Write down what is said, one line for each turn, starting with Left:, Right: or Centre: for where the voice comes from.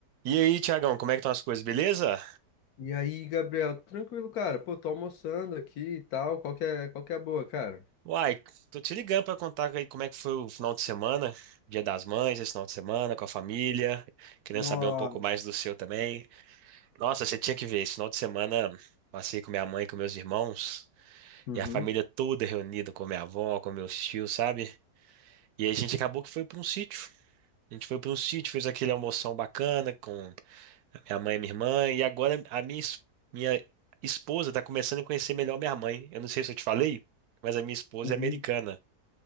Right: E aí, Tiagão, como é que estão as coisas, beleza?
Left: E aí, Gabriel, tranquilo, cara? Pô, tô almoçando aqui e tal. Qual que é, qual que é a boa, cara?
Right: Uai, tô te ligando pra contar aí como é que foi o final de semana, Dia das Mães, esse final de semana, com a família, querendo
Left: Nossa.
Right: saber um pouco mais do seu também. Nossa, você tinha que ver, esse final de semana passei com minha mãe, com meus irmãos,
Left: Uhum.
Right: e a família toda reunida, com minha avó, com meus tios, sabe? E a gente acabou que foi pra um sítio. A gente foi pra um sítio, fez aquele almoção bacana, com Minha mãe é minha irmã, e agora a minha, es- minha esposa está começando a conhecer melhor minha mãe. Eu não sei se eu te falei, mas a minha esposa
Left: Uhum.
Right: é americana.